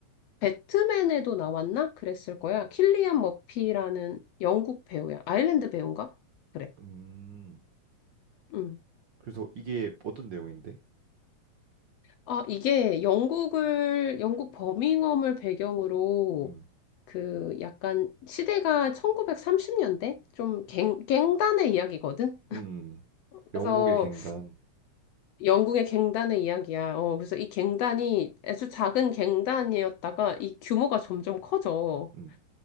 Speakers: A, on the left (about 70°); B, on the right (about 60°).
A: 배트맨에도 나왔나? 그랬을 거야. 킬리안 머피라는 영국 배우야. 아일랜드 배우인가? 그래.
B: 음.
A: 음.
B: 그래서 이게 어떤 내용인데?
A: 아, 이게 영국을, 영국 버밍엄을 배경으로
B: 음,
A: 그 약간 시대가 1930년대? 좀 갱, 갱단의 이야기거든?
B: 음. 음, 음. 영국의
A: 그래서
B: 갱단.
A: 영국의 갱단의 이야기야. 어, 그래서 이 갱단이 아주 작은 갱단이었다가 이 규모가 점점 커져.
B: 음,